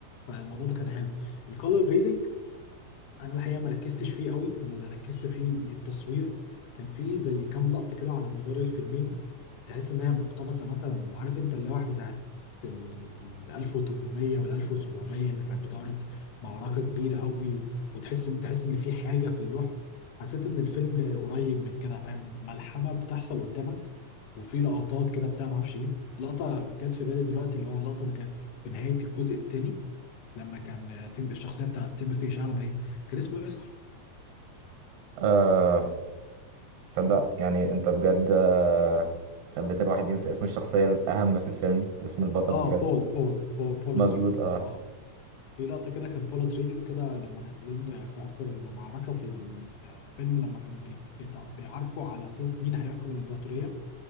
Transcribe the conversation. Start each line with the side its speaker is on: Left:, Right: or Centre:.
Left: فالموضوع ده كان حلو الكولر جريدنج انا الحقيقه ما ركزتش فيه قوي انا اللي ركزت فيه التصوير كان فيه زي كام لقطه كده على مدار الفيلمين تحس ان هي مقتبسه مثلا عارف انت اللوح بتاعت ال 1800 وال 1700 اللي كانت بتعرض معركه كبيره قوي و- وتحس ان تحس ان في حاجه في اللوح حسيت ان الفيلم قريب من كده فاهم ملحمه بتحصل قدامك وفي لقطات كده بتاع ما اعرفش ايه لقطه جت في بالي دلوقتي اللي هو اللقطه اللي كانت في نهايه الجزء الثاني لما كان تيم الشخصيه بتاعت تيموثي شالامي هي كان اسمه ايه صح؟
Right: أه صدق يعني أنت بجد آه، خليت الواحد ينسى اسم الشخصية الأهم في الفيلم اسم البطل
Left: اه
Right: بجد
Left: بول بول بول بول
Right: مظبوط
Left: اتريديز
Right: اه
Left: اه في لقطه كده كان بول اتريديز كده لما نازلين في اخر معركه في الفيلم لما كانوا بي- بيتع- بيعاركوا على اساس مين هيحكم الامبراطوريه